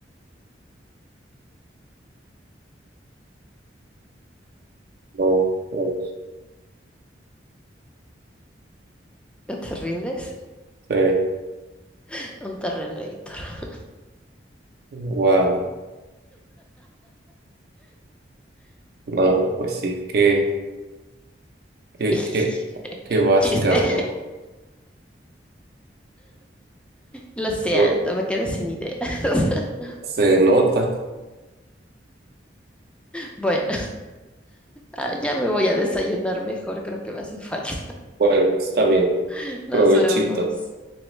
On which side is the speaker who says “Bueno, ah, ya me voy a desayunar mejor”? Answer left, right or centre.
Centre